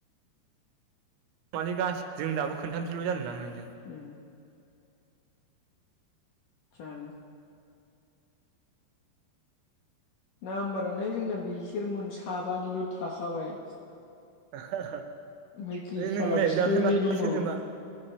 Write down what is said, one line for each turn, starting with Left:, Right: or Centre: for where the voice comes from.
Right: माने गासैजों दाबो खोनथामसोल' जादों ना नों
Left: उम च ना नाम्बारानो जोंना बिसोरमोन साबानिल' थाखाबाय
Right: आ हा हा
Left: ओमफ्राय गैखाला
Right: नों नोंलाय
Left: सोरनि
Right: दाख्लै माथो
Left: दंबावो
Right: सोरजोंबा